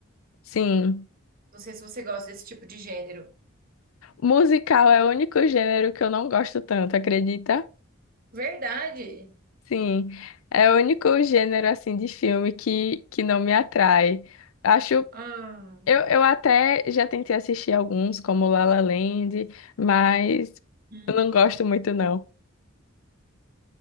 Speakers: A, on the left; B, on the right.
A: sim.
B: Não sei se você gosta desse tipo de gênero.
A: Musical é o único gênero que eu não gosto tanto, acredita?
B: Verdade.
A: Sim. É o único gênero assim de filme que, que não me atrai. Acho
B: Ah,
A: Eu, eu até já tentei assistir alguns, como La La Land, mas
B: hum.
A: eu não gosto muito, não.